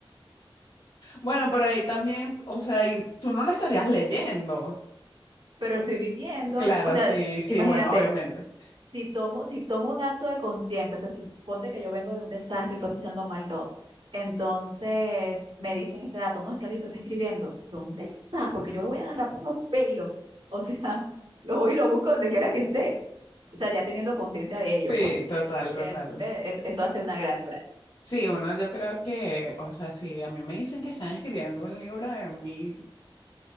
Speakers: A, on the left; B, on the right.
A: Bueno, pero ahí también, o sea, y tú no lo estarías leyendo.
B: Pero estoy viviendo,
A: Claro,
B: o sea,
A: sí, sí,
B: imagínate,
A: bueno, obviamente.
B: si tomo, si tomo un acto de conciencia, o sea, si ponte que yo vengo de un desastre y todo está siendo mal y todo, entonces me dicen este dato, no, es que alguien te está escribiendo, ¿dónde está? Porque yo lo voy a agarrar por los pelos, o sea, <laughs> lo voy y lo busco donde quiera que esté, o sea, ya teniendo conciencia de ello,
A: Sí,
B: pues,
A: total, total.
B: en, ve, es- eso hace una gran diferencia.
A: Sí, bueno, yo creo que, o sea, si a mí me dicen que están escribiendo un libro de mí,